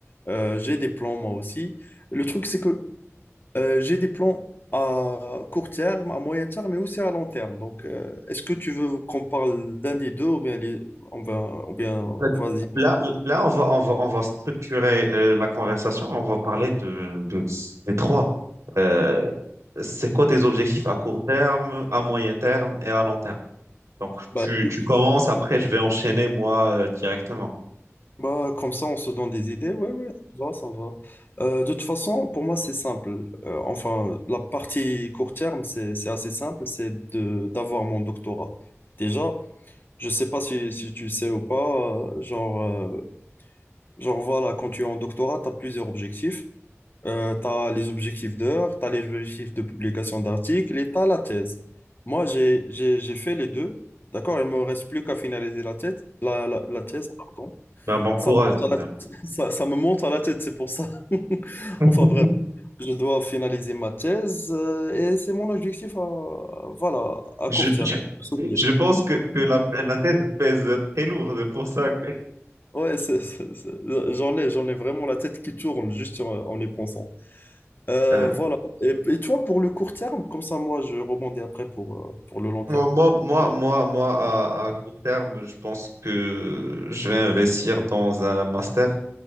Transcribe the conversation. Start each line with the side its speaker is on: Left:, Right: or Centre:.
Left: euh, j'ai des plans moi aussi. Le truc, c'est que euh, j'ai des plans à court terme, à moyen terme, mais aussi à long terme. Donc euh, est-ce que tu veux qu'on parle d'un des deux ou bien, les, on va, ou bien
Right: fait,
Left: vas-y.
Right: Là, là, on va, on va, on va structurer euh, la conversation. On va parler de, de, des trois. Euh, c'est quoi tes objectifs à court terme, à moyen terme et à long terme? Donc,
Left: Bah,
Right: tu,
Left: écoute,
Right: tu commences, après, je vais enchaîner moi euh, directement.
Left: Bah, comme ça, on se donne des idées. Ouais, ouais, ça va, ça va. Euh, de toute façon, pour moi, c'est simple. Euh, enfin, la partie court terme, c'est, c'est assez simple, c'est de, d'avoir mon doctorat. Déjà, je sais pas si, si tu sais ou pas, euh, genre, euh, genre voilà, quand tu es en doctorat, tu as plusieurs objectifs. tu as les objectifs d'heures, tu as les objectifs de publication d'articles et tu as la thèse. Moi, j'ai, j'ai, j'ai fait les deux, d'accord? Il me reste plus qu'à finaliser la thèse, la, la, la thèse, pardon.
Right: Ben, bon courage.
Left: Ça me monte
Right: déjà.
Left: à la tête. <laughs> Ça, ça me monte à la tête, c'est pour ça. <laughs>
Right: <laughs>
Left: Enfin bref, je dois finaliser ma thèse euh, et c'est mon objectif à, voilà, à
Right: Je,
Left: court terme,
Right: je,
Left: de soutenir.
Right: je pense que, que la, la thèse pèse très lourd. C'est pour ça que
Left: Ouais, c'est- c'est- c'est- j'en ai, j'en ai vraiment la tête qui tourne juste en, en y pensant. Euh,
Right: euh,
Left: voilà. Et, et toi, pour le court terme, comme ça, moi, je rebondis après pour, euh, pour le long terme.
Right: moi, moi, moi, moi, moi, à, à court terme, je pense que je vais investir dans un master.